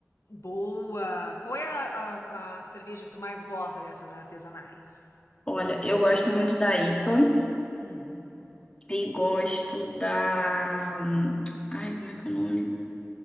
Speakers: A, on the left; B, on the left.
A: Boa! Qual é a, a- a cerveja que tu mais gosta dessas artesanais?
B: Olha, eu gosto muito da IPA
A: Uhum.
B: e gosto da. Ai, como é que é o nome?